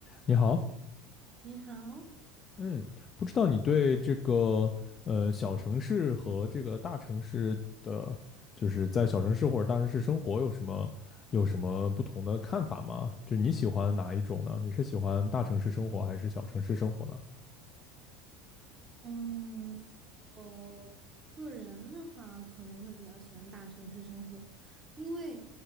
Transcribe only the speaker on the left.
你好，
嗯，不知道你对这个呃小城市和这个大城市的，就是在小城市或者大城市生活有什么有什么不同的看法吗？就你喜欢哪一种呢？你是喜欢大城市生活还是小城市生活呢？